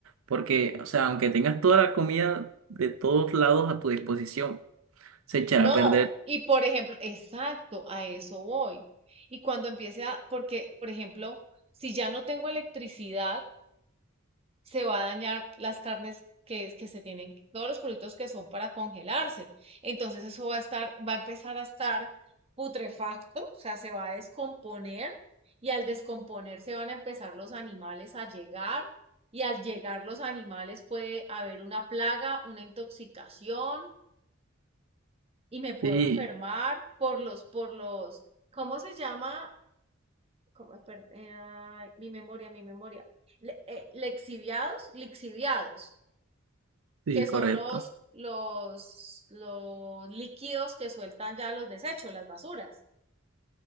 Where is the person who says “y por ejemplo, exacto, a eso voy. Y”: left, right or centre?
Right